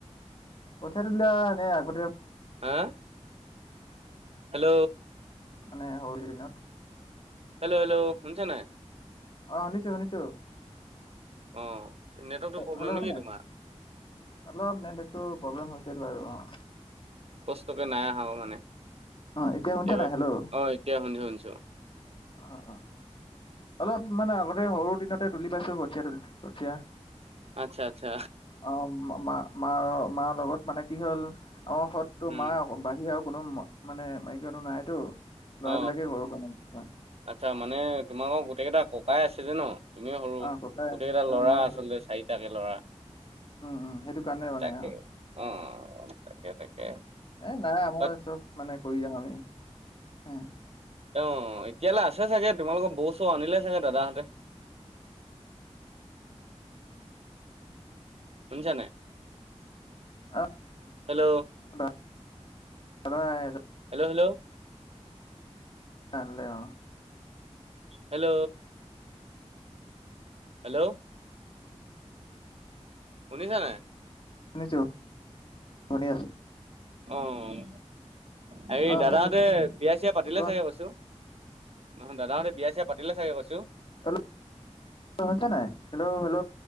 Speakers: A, on the left; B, on the right.
A: কঠিয়া তুলিয়া এনে আগতে
B: হা? হেল্ল'।
A: মানে শৰু দিনত
B: হেল্ল' হেল্ল' শুনিছা নাই?
A: অ', শুনিছোঁ শুনিছোঁ। <unintelligible>
B: অ নেটৱৰ্কটো প্ৰব্লেম
A: হেল্ল
B: নেকি
A: হয় ন
B: তোমাৰ
A: অলপ ইয়াতে নেট তো প্ৰব্লেম হৈছে বাৰু অ'।
B: তোকে নাই আহা অ', মানে।
A: আহ এতিয়া
B: কেতিয়াবা
A: শুনিছে নাই হেল্ল'?
B: অ এতিয়া শুনি শুনিছো
A: অ', অ'। অলপ মানে আগতে সৰু দিনতে তুলি পাইছো কঠীয়া তুলি কঠীয়া।
B: আচ্ছা আচ্ছা
A: অ', ম মা মাৰ মাৰ লগত মানে কি হ'ল আমাৰ সতো
B: উম
A: মা বাহিৰে আৰু কোন কোনো মা মানে মাইকী মানুহ নাইতো। ল'ৰাবিলাকে
B: অ
A: কৰোঁ মানে কিছুমান
B: আচ্ছা মানে তোমাকৰ গোটেই কেইটা ককাই আছে যে ন? তুমি সৰু
A: অ ককাই
B: গোটেইকেইটা
A: অ
B: ল'ৰা
A: মই
B: আচলতে
A: আৰু।
B: চাৰিটাকে লৰা।
A: উম উম সেইটো কাৰণে মানে
B: তাকে
A: অ
B: অ', তাকে তাকে।
A: এ নাই আমাৰ
B: বাক
A: চব মানে কৰি যাাম আমি হ।
B: অ', এতিয়ালৈ আছে চাগে তোমালোকৰ বৌ ছৌ আনিলে চাগে দাদাহঁতে। <unintelligible> শুনিছা নাই?
A: অ
B: hello.
A: <unintelligible>
B: Hello hello.
A: <unintelligible>
B: Hello. Hello. শুনিছা নাই?
A: শুনিছো, শুনি আছোঁ।
B: অ', হেৰি
A: অ
B: দাদাহতে
A: শুনি আছোঁ
B: বিয়া চিয়া পাতিলে
A: কোৱা
B: চাগে কৈছোঁ। নহয় দাদাহঁতে বিয়া চিয়া পাতিলে চাগে কৈছো।
A: হেল্ল', হৈছে নাই হেল্ল' হেল্ল'।